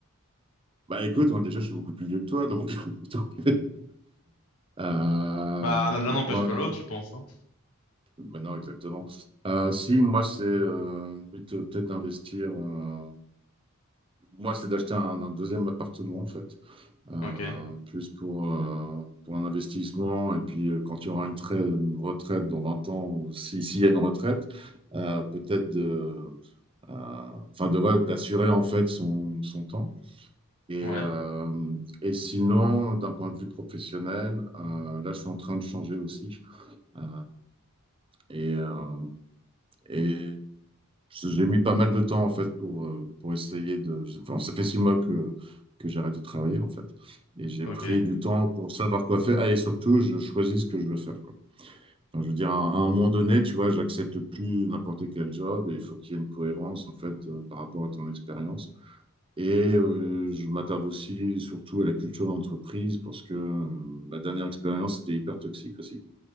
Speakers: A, on the right; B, on the left.
A: Bah écoute, moi, déjà, je suis beaucoup plus vieux que toi, donc. <laughs> donc, euh,
B: Bah, l'un n'empêche
A: moi,
B: pas l'autre, je pense. hein.
A: bah non, exactement. Euh, si, moi, c'est euh, peut-être d'investir. euh, Moi, c'est d'acheter un, un deuxième appartement, en fait, euh,
B: Ok.
A: plus pour, euh, pour un investissement. Et puis, euh, quand il y aura une, trai- une retraite dans 20 ans, ou si, s'il y a une retraite, euh, peut-être de, euh, enfin, de, voilà, d'assurer, en fait, son, son temps. Et,
B: Ouais.
A: euh, et sinon, d'un point de vue professionnel, euh, là, je suis en train de changer aussi. Euh, et, euh, et j'ai mis pas mal de temps en fait pour, euh, pour essayer de. Enfin, ça fait six mois que, que j'ai arrêté de travailler en fait. Et j'ai
B: Ok.
A: pris du temps pour savoir quoi faire. Ah, et surtout, je choisis ce que je veux faire, quoi. Enfin, je veux dire, à un à un moment donné, tu vois, j'accepte plus n'importe quel job et il faut qu'il y ait une cohérence en fait euh, par rapport à ton expérience. Et euh, je m'attarde aussi surtout à la culture d'entreprise parce que euh, ma dernière expérience était hyper toxique aussi.